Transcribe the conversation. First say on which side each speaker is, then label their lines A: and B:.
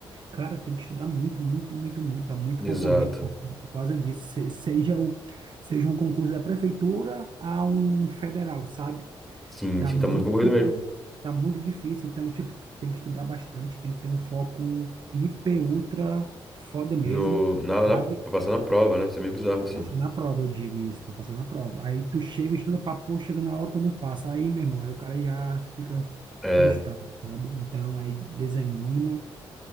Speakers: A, on the right; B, in the centre.
A: cara, tem que estudar muito, muito, muito, muito. Tá muito
B: exato.
A: concorrido por, por causa disso. Se- seja o, seja um concurso da prefeitura a um federal, sabe?
B: Sim,
A: Tá
B: sim,
A: muito,
B: tá muito concorrido mesmo.
A: tá muito difícil. Então, tipo, tu tem que estudar bastante, tem que ter um foco hiper, ultra foda mesmo,
B: No, na, na,
A: sabe?
B: pra passar na prova, né? Isso é meio bizarro,
A: Pra
B: assim.
A: passar na prova, eu digo isso, pra passar na prova. Aí tu chega, estuda pra pô, chega na hora, tu não passa. Aí, meu irmão, aí o cara já fica
B: É,
A: frustrado, sabe? Então, aí desanima,